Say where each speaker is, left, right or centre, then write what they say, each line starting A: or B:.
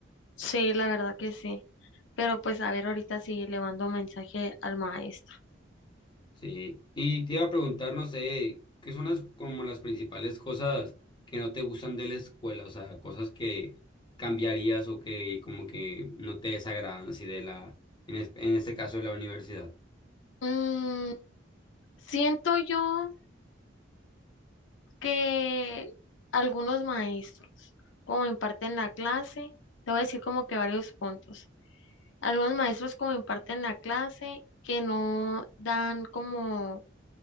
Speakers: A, on the left; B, on the left.
A: sí, la verdad que sí. Pero pues a ver ahorita si le mando mensaje al maestro.
B: Sí, y te iba a preguntar, no sé, ¿qué son las como las principales cosas que no te gustan de la escuela? O sea, cosas que cambiarías o que como que no te desagradan así de la, en, es- en este caso de la universidad.
A: Mm, siento yo. que algunos maestros, como imparten la clase, te voy a decir como que varios puntos. Algunos maestros como imparten la clase que no dan como